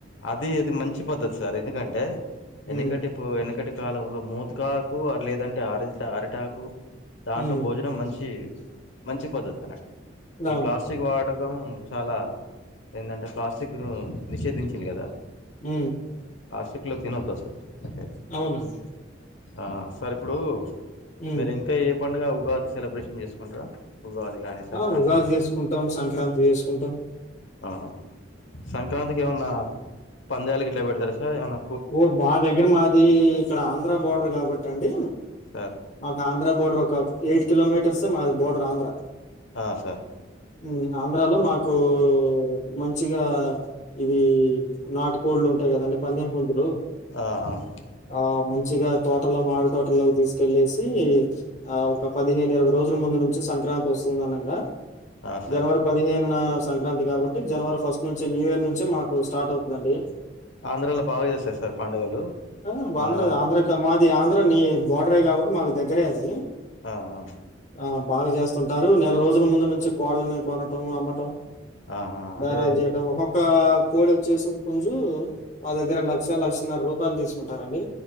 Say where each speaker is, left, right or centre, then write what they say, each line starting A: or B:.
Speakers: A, on the left (about 90°); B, on the left (about 40°).
A: అది అది మంచి పద్ధతి సార్ ఎందుకంటే
B: హ్మ్.
A: ఎనికటి పో ఎనికటి కాలంలో మూతికాకు అర్ లేదంటే అరిద్ట్ల అరిటాకు దాంట్లో
B: హ్మ్.
A: భోజనం మంచి మంచి పద్ధతి అన్నట్టు
B: అవునవును.
A: ఈ ప్లాస్టిక్ వాడకం చాలా ఏందంటే ప్లాస్టిక్ ను నిషేధించింది గదా
B: ఊ
A: ప్లాస్టిక్ లో తినోద్దు అసలు అట్లా అయితే
B: అవునండి
A: ఆ సార్ ఇప్పుడు
B: హ్మ్.
A: మీరి ఇంకా ఏం పండుగ ఉగాది సెలబ్రేషన్ చేసుకుంటారా ఉగాది గాని సంక్రాంతి
B: ఆ ఉగాది
A: గాని
B: చేసుకుంటాం సంక్రాంతి చేసుకుంటాం
A: ఆ సంక్రాంతికి ఏమన్నా పంద్యాలు గిట్లా బేడతార సార్ ఏమన్న
B: ఓ బా దగ్గర మాది ఇక్కడ ఆంధ్ర బోర్డర్ కాబట్టి అండి
A: సార్
B: మాకి ఆంధ్ర బోర్డర్ ఒక ఎయిట్ కిలోమీటర్స్ ఏ మాది బోర్డర్ ఆంధ్ర
A: ఆ సార్
B: ఉ ఆంధ్రాలో మాకు మంచిగా ఇవీ నాటు కోళ్ళు ఉంటాయి కదండి పందెం పుంజులు
A: ఆ ఆ
B: ఆ మంచిగా తోటలో మామిడి తోటలోకి తీసుకెళ్లేసి ఆ ఒక పదిహేను ఇరవై రోజుల ముందు నుంచి సంక్రాంతి వస్తుంది అనంగా
A: ఆ సార్
B: జనవరి పదిహేనున సంక్రాంతి కాబట్టి జనవరి ఫస్ట్ నుంచి న్యూ ఇయర్ నుంచే మాకు స్టార్ట్ అవుతదండి.
A: ఆంధ్రాలో బాగా చేస్తారు సార్ పండుగలు
B: ఆ
A: మన
B: ఆంధ్ర ఆంధ్ర మాది ఆంధ్ర నీ బోర్డరే కాబట్టి మాకు దగ్గరే అది
A: ఆ ఆ
B: ఆ బాగా చేస్తుంటారు నెల రోజుల ముందు నుంచి కోళ్ళని కొనటం అమ్మటం
A: ఆ ఆ
B: బ్యారాలు
A: అదే
B: చేయటం ఒక్కొక్క కోడి వచ్చేసి పుంజు మా దగ్గర లక్ష లక్షన్నర రూపాయలు తీసుకుంటారండి